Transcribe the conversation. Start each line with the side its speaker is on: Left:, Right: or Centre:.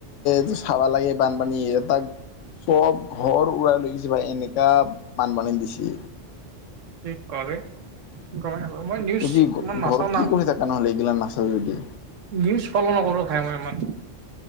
Left: তই চাবা লাগে বানপানী, এ তাত চব ঘৰ উৰাই লৈ গৈছে ভাই, এনেকা বানপানী দিছে।
Right: কি ক বে, গমাই নাপাওঁ, মই নিউজ
Left: ত কি
Right: ইমান নাচাওঁ
Left: ঘৰত
Right: না!
Left: কি কৰি থাকা নহ'লে এইগিলা নাচা যদি!
Right: নিউজ ফ'ল' নকৰো ভাই মই ইমান!